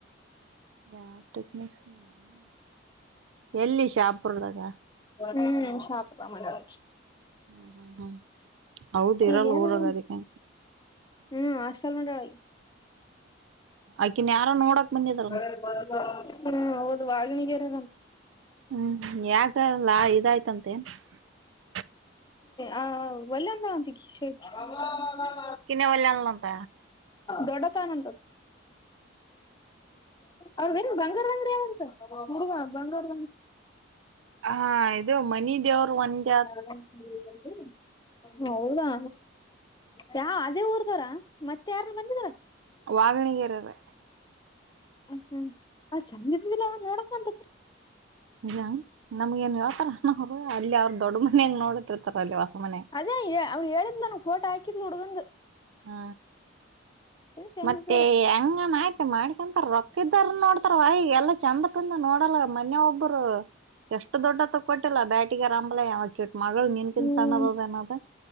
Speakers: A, on the right (about 85°); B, on the left (about 20°).
A: ಯಾರ ಟೆಕ್ನಾಲಜಿ ಎಲ್ಲಿ ಶಾಪ್ ಪುರದಾಗ
B: ಹ್ಮ್ ಶಹಾಪುರ ದಲ್ಲಿ ಮಾಡಲಾಗಿ
A: ಹ್ಮ ಹ್ಮ ಹ್ಮ್ ಹೌದ್ ಇರಲ್ಲ
B: ಈಗ ಏನು
A: ಊರಗ ಅದಕ್ಕೆ
B: ಹ್ಮ್ ಆಷ್ಟಲ್ ಮಂಡಳಿ
A: ಆ್ಕಿನ್ ಯಾರ ನೋಡಕ್ ಬಂದಿದಾರಲ್ಲ
B: <unintelligible> ಹ ಹೌದು ಈಗ ಏರ್
A: ಹ್ಮ್ ಯಾಾಗಲ್ಲಾ ಇದಾಯ್ತಂತ ತ್ತ
B: ಆ ಒಳ್ಳಂದಂತ <unintelligible>
A: ಕನ್ನೇ ವನಲ್ಲೊಂತ
B: ದೊಡ್ಡತ್ ಆನಂದದ ಅವ್ರಂಗ ಬಂಗಾರ ಅಂಗಡಿ ಅದಾಂತ್ ಹುವ ಬಂಗಾರ
A: ಹಾ ಇದು ಮನಿ ದೇವರು ಒಂದ
B: ಹ <unintelligible> ಹೌದಾ ಯಾ ಅದೇ ಊರು ರ ಮತ್ತೆ ಯಾರು ಬಂದರ
A: ವಾವಣಗೆರೆ್ರೇ
B: ಹ್ಮ ಹ್ಮ್ ಆ ಚಂದ ಇದ್ಮಿಿಲ್ಲ ನೋಡ ಂತ
A: ಯ ನಮ್ಗೇನ್ ಹೇಳತಾರ ಏನ್ ಅವರು ಅಲ್ಲಿ ಅವ್ರ ದೊಡ್ಡ ಮನೆಯಂಗ ನೋಡತಿರ್ತಾರ ಅಲ್ಲಿ ಮನೆ
B: ಅದೇ ಅವ್ರು ಹೇಳಿದ್ ನನ್ಗೆ ಫೋಟೋ ಹಾಕಿದ ಹುಡುಗಂದು
A: ಹ್ಮ
B: ಚೇಂಜ್
A: ಮತ್ತೆ
B: ಇರ್ಲಿಲ್ಲ
A: ಹಂಗನ್ ಆಯ್ತ ಮಾಡ್ಕೊಂತ ರೊಕ್ಕ ಇದ್ದಾರನ ನೋಡ್ತಾರ ಅವ ಈಗ ಎಲ್ಲ ಚಂದ ಪಂದ ನೋಡಲ್ಲ ಮನ್ನೇ ಯ ಒಬ್ಬರು ಎಷ್ಟು ದೊಡ್ಡತಗ ಕೊಟ್ಟಿಲ್ಲ ಬ್ಯಾಟಿಗೆ ಆರಂಬಲ್ಲ ಯಾವ ಮಗಳು ನೀನ್ಕಿನ್
B: ಹ್ಮ್
A: ಸಣ್ಣದದಏನದ